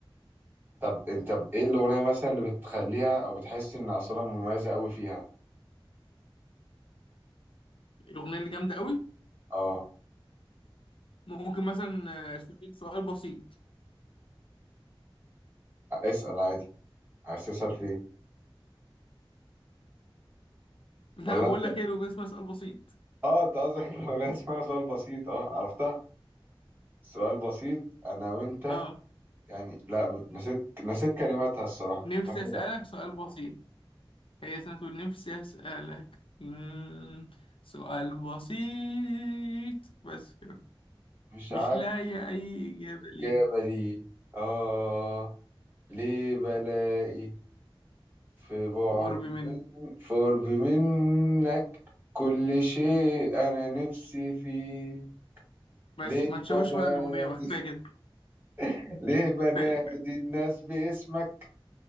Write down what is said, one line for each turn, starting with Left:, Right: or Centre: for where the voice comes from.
Right: طب أنت ب- إيه الأغنية مثلا اللي بتخليها أو بتحس إن أصالة مميزة أوي فيها
Left: الأغنية اللي جامدة قوي
Right: أه
Left: ممكن مثلا آه، سؤال سؤال بسيط
Right: اسأل عادي عايز تسأل فيه
Left: <laughs> لا
Right: ولا
Left: بقول
Right: أنت
Left: لك ايه الأغنية اسمها سؤال بسيط
Right: أه أنت قصدك <laughs> الأغنية اسمها سؤال بسيط أه عرفتها سؤال بسيط أنا وأنت
Left: اه
Right: يعني لا نسيت نسيت كلماتها الصراحة
Left: نفسي
Right: فاكرها
Left: أسألك سؤال بسيط هي سنة نفسي أسألك مم، سؤال بسيط بس كده
Right: مش
Left: مش
Right: عارف
Left: لاقي أي إجابة ليه
Right: جبلي آه ليه بلائي في بعد
Left: قرب
Right: من
Left: منك
Right: في قرب منك كل شيء أنا نفسي فيه
Left: بس
Right: ليه
Left: ما تشوش
Right: بنادي
Left: بقى الأغنية بقى كفاية كده
Right: <laughs> ليه بنادي
Left: كفاية كفاية
Right: الناس باسمك